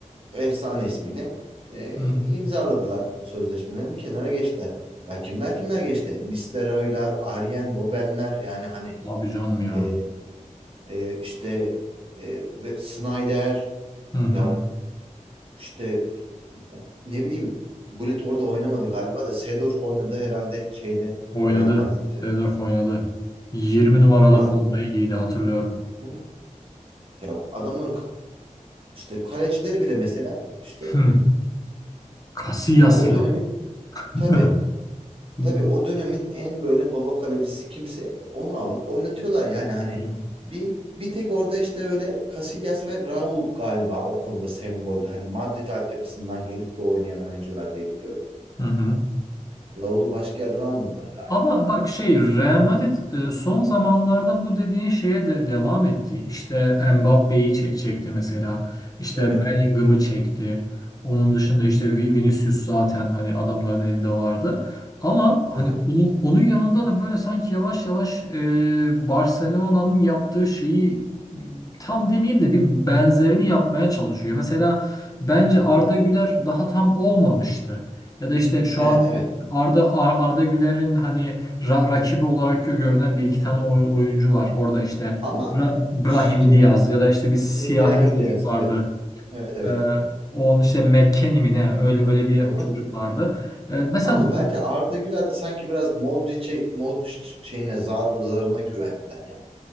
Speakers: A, on the right (about 45°); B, on the left (about 25°).
A: efsane ismiyle Ee,
B: Hı hı.
A: imzaladılar sözleşmelerini kenara geçtiler. Ya kimler kimler geçti? Nistelrooylar, Arjen Robben'ler yani hani
B: Tabii canım ya.
A: e, e, işte e, ve Snyder
B: Hı hı.
A: ya işte gu- ne bileyim Gullit orada oynamadı galiba da Seedorf oynadı herhalde şeyde
B: Oynadı.
A: Real Madrid'de.
B: Seedorf oynadı. 20 numaralı
A: Ya
B: formayı giydi hatırlıyorum.
A: Hı ya adamların k- işte kalecileri bile mesela işte
B: Hı. Casillas
A: ya o
B: ya.
A: dönemin
B: <laughs>
A: tabii
B: Hı
A: tabii o dönemin en böyle baba kalecisi kimse onu alıp oynatıyorlar yani hani
B: hı.
A: bir bir tek orada işte öyle Casillas ve Raul galiba o konuda semboldü. Hani Madrid altyapısından gelip de oynayan oyuncular diye biliyorum.
B: Hı hı.
A: Raul'u başka yerden almadılar galiba.
B: Ama bak şey Real Madrid e, son zamanlarda bu dediğin şeye de devam etti. İşte Mbappé'yi çe- çekti mesela. İşte
A: Tabii.
B: Bellingham'ı çekti. Onun dışında işte Vi- Vinicius zaten hani adamların elinde vardı. Ama hani
A: Hı hı.
B: onu, onun yanında da böyle sanki yavaş yavaş e, Barcelona'nın yaptığı şeyi tam demeyeyim de bir benzerini yapmaya çalışıyor. Mesela bence
A: Hı
B: Arda
A: hı.
B: Güler daha tam olmamıştı. Ya da işte şu
A: E,
B: an
A: evet.
B: Arda Ar- Arda Güler'in hani ra- rakibi olarak gö- görünen bir iki
A: Hı
B: tane
A: hı.
B: oy- oyuncu var. Orada işte
A: Ama
B: Bra- Brahim
A: şey
B: Diaz ya da işte bir siyahi
A: hı, hı. Brahim
B: bir çocuk
A: Diaz
B: vardı.
A: evet. Evet evet.
B: Ee, on işte McKennie mi ne öyle öyle bir
A: Hı hı.
B: çocuk vardı. Ee, mesela
A: Ama
B: bu
A: bence Arda Güler de sanki biraz Modric'e Modric şeyine zar zarına güvendiler ya.